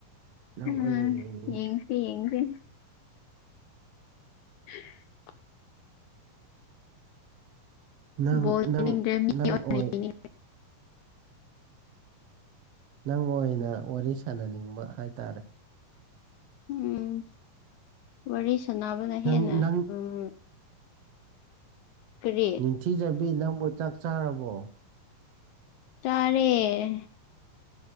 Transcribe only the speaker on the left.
ꯎꯝ
ꯌꯦꯡꯁꯦ ꯌꯦꯡꯁꯦ <inaudible>
ꯕꯣꯜ
ꯌꯦꯡꯅꯤꯡꯗ꯭ꯔꯦ ꯃꯤ
ꯌꯦꯡꯅꯤꯡ
ꯎꯝ ꯋꯥꯔꯤ ꯁꯅꯕꯅ
ꯍꯦꯟꯅ
ꯎꯝ ꯀꯔꯤ
ꯆꯥꯔꯦ